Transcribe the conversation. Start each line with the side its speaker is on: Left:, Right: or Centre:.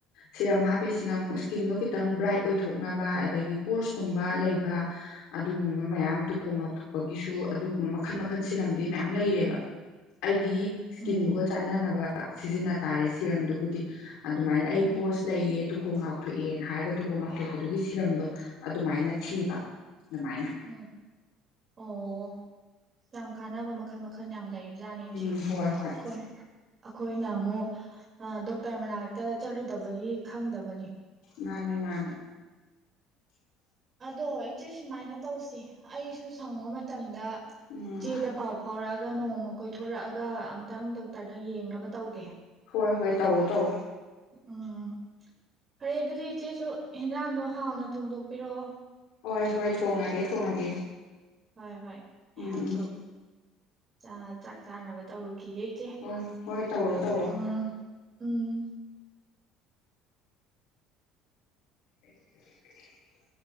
Left: ꯁꯤꯔꯝ ꯍꯥꯞꯄꯤꯁꯤꯅ ꯑꯃꯨꯛ ꯏꯁꯀꯤꯟꯗꯣ ꯈꯤꯇꯪ ꯕ꯭ꯔꯥꯏꯠ ꯑꯣꯏꯊꯣꯛꯅꯕ ꯑꯗꯒꯤ ꯄꯣꯔꯁꯀꯨꯝꯕ ꯂꯩꯕ ꯑꯗꯨꯒꯨꯝꯕ ꯃꯌꯥꯝ ꯇꯨꯈꯣꯡ ꯂꯥꯎꯊꯣꯛꯄꯒꯤꯁꯨ ꯑꯗꯨꯒꯨꯝꯕ ꯃꯈꯟ ꯃꯈꯜ ꯁꯤꯔꯝꯗꯤ ꯃꯌꯥꯝ ꯂꯩꯔꯦꯕ ꯑꯩꯒꯤ ꯏꯁꯀꯤꯟꯗꯨꯒ
Right: ꯎꯝ
Left: ꯆꯥꯟꯅꯅꯕ ꯁꯤꯖꯤꯟꯅ ꯇꯥꯔꯦ ꯁꯤꯔꯝꯗꯨꯕꯨꯗꯤ ꯑꯗꯨꯃꯥꯏꯅ ꯑꯩ
Right: ꯎꯝ
Left: ꯄꯣꯔꯁ ꯂꯩꯌꯦ ꯇꯨꯈꯣꯡ ꯂꯥꯎꯊꯣꯛꯑꯦꯅ ꯍꯥꯏꯔꯒ ꯇꯨꯈꯣꯡ ꯂꯥꯎꯊꯣꯛꯄꯗꯨꯒꯤ ꯁꯤꯔꯝꯗꯣ ꯑꯗꯨꯃꯥꯏꯅ ꯊꯤꯕ ꯑꯗꯨꯃꯥꯏꯅ
Right: ꯎꯝ ꯑꯣ ꯌꯥꯝ ꯀꯥꯟꯅꯕ ꯃꯈꯜ ꯃꯈꯜ ꯌꯥꯝ ꯂꯩ ꯖꯥꯠꯅꯤ ꯏꯆꯦ
Left: ꯎꯝ ꯍꯣꯏ ꯍꯣꯏ
Right: ꯈꫭꯏ ꯑꯈꯣꯏꯅ ꯑꯃꯨꯛ ꯗꯣꯛꯇꯔ ꯃꯅꯥꯛꯇ ꯆꯠꯂꯨꯗꯕꯒꯤ ꯈꯪꯗꯕꯅꯤ
Left: ꯃꯥꯅꯤ ꯃꯥꯅꯤ
Right: ꯑꯗꯣ ꯏꯆꯦ ꯁꯨꯃꯥꯏꯅ ꯇꯧꯁꯤ ꯑꯩꯁꯨ ꯁꯪꯕ ꯃꯇꯝꯗ
Left: ꯎꯝ
Right: ꯏꯆꯦꯗ ꯄꯥꯎ ꯐꯥꯎꯔꯛꯑꯒ ꯅꯣꯡꯃ ꯀꯣꯏꯊꯣꯔꯛꯑꯒ ꯑꯝꯇꯪ ꯗꯣꯛꯇꯔꯗ ꯌꯦꯡꯅꯕ ꯇꯧꯒꯦ
Left: ꯍꯣꯏ ꯍꯣꯏ ꯇꯧꯋꯣ ꯇꯧ
Right: ꯎꯝ ꯐꯔꯦ ꯑꯗꯨꯗꯤ ꯏꯆꯦꯁꯨ ꯍꯦꯟꯖꯥꯡꯗꯣ ꯍꯥꯎꯅ ꯊꯣꯡꯗꯣꯛꯄꯤꯑꯣ
Left: ꯍꯣꯏ ꯍꯣꯏ ꯊꯣꯡꯉꯒꯦ ꯊꯣꯡꯉꯒꯦ
Right: ꯍꯣꯏ ꯍꯣꯏ ꯑꯩꯍꯥꯛꯁꯨ
Left: ꯎꯝ ꯎꯝ
Right: ꯆꯥ ꯆꯥꯛ ꯆꯥꯅꯕ ꯇꯧꯔꯨꯈꯤꯒꯦ ꯏꯆꯦ
Left: ꯍꯣꯏ ꯍꯣꯏ ꯇꯧꯔꯣ ꯇꯧꯔꯣ
Right: ꯎꯝ ꯎꯝ
Left: <unintelligible>